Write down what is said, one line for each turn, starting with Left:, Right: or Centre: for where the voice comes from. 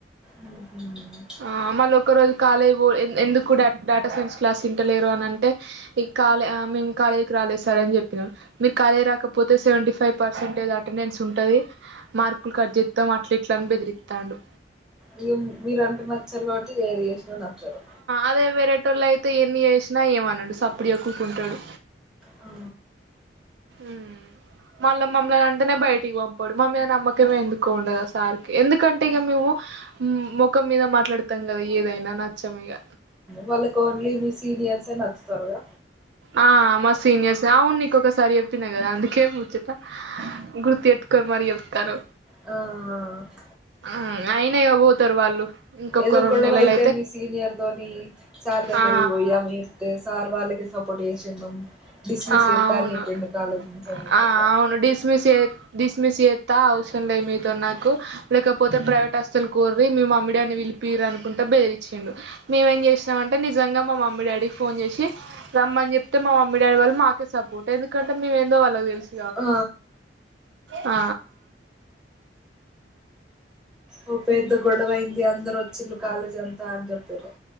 Centre: మ్మ్ మ్మ్
Right: ఆ మల్లొక్కరోజు కాలేవో ఎంద ఎందుకు డట్ డటా సైన్స్ క్లాస్ ఈంటలేరు అనంటే కాలే అమెంకలే రల్ సార్ అని జేప్పినా మీరు కాలేజీ రాకపోతే సెవెంటీ ఫైవ్ పర్సెంటేజ్ అటెంనేన్స్ ఉంటుంది మార్కులు కట్ జేత్తం అట్ల ఇట్లని బెదిరితండు
Centre: ఇగ మీరంటే నచ్చారు కాట్టి ఏది ఏషినా నచ్చారు
Right: అదే వేరేటోళ్ళు అయితే ఎన్ని యేసినా ఏమనడు సప్పుడు ఎక్కుంటడు
Centre: ఆ
Right: ఉమ్ మళ్ళ మమ్మల్నింటనే బయటికి పంపాడు మామీద నమ్మకమే ఎందుకో ఉండదు ఆ సార్కి ఎందుకంటే ఇక మేము మోఖం మీద మాట్లాడతాం గదా ఏదైనా నచ్చం ఇగ
Centre: వాళ్ళకోన్లీ మీ సినియోర్సే నచ్చుతరుగా
Right: ఆ మ సీనియర్స్ అవును నీకు ఒకసారి చెప్పినా గదా అందుకే ముచ్చట గుర్తేట్టుకొన మరి ఏప్తారు
Centre: ఆ ఆ
Right: ఆ అయిన ఇగ వోతారు వాళ్ళు ఇంకొక
Centre: ఏదో
Right: రెండు
Centre: గొడవ
Right: నెలలు
Centre: అయితే మీ సీనియర్ తోని సార్ దగ్గర
Right: ఆ
Centre: ఓయి ఆమె ఎప్తే సార్ వాళ్ళకే సపోర్ట్ ఎస్ ఎన్మమ డిస్మిస్
Right: ఆ
Centre: చేస్తా
Right: అవును
Centre: అనే ఎప్పిడి కాలేజ సమయపగా
Right: ఆ అవును డిస్మిస్ చే డిస్మిస్ ఏస్తా అవసరం లేదు మీతో నాకు లేకపోతే ప్రైవేట్ హాస్టకోర్రి ముమ్ముడాడ్ అని పీరు అనుకుంటూ బేరిచ్చిండు మేమేం జేస్నం అంటే నిజంగా మా మమ్మీ డాడీకి ఫోన్ జేషి రమ్మని జేప్తే మా మమ్మీ మీడాడి వాళ్ళ మాకే సపోర్ట్ ఎందుకంటే మేమెందో వాళ్ళకి దేలసు
Centre: ఆ
Right: ఆ
Centre: ఓ పెద్ద గొడవైంది అందరోచిల్లు కాలేజిలంతా అని జేప్పిరు